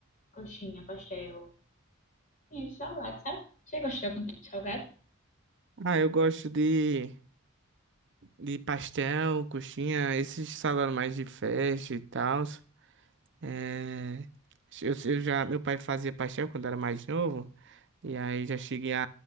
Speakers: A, on the left; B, on the right.
A: coxinha, pastel. Tinha de salgado, sabe? Você gosta de algum tipo de salgado?
B: Ah, eu gosto de, de pastel, coxinha, esses salgados mais de festa e tal. É, eu, eu já, meu pai fazia pastel quando era mais novo. E aí já cheguei a,